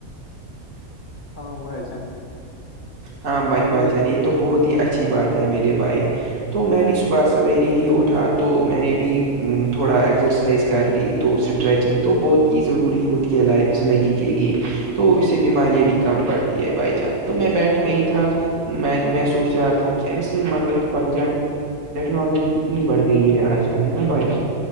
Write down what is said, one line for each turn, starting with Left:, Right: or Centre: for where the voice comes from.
Right: <unintelligible>
Left: ہاں بھائی جان
Right: ہاں بھائی
Left: آپ
Right: بھائی
Left: نے
Right: جان یہ تو بہت ہی اچھی بات ہے میرے بھائی تو میں بھی صبح سویرے ہی اٹھا تو میں نے بھی تھوڑا ایگسرسائز کر لی تو اسٹریچنگ تو بہت ہی ضروری ہوود کے لائے زندگی کے لیے تو اس سے بیماریاں بھی کم پڑتی ہے بائی چانس تو میں بیٹھا
Left: بالکل
Right: ہی تھا
Left: ٹھیک
Right: میں میں سوچ رہا تھا کہ سی بائی جان ٹیکنالوجی کتنی بڑھ گئی ہے آج کل ہے نا بھائی